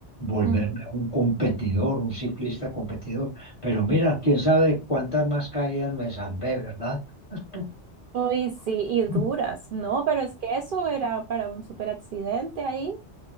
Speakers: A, on the left; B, on the right.
A: volverme
B: Ujú.
A: un competidor, un ciclista competidor. Pero mira, quién sabe cuántas más caídas me salvé, ¿verdad? <clears throat>
B: Uy, sí, y duras.
A: Mm.
B: No, pero es que eso era para un super accidente ahí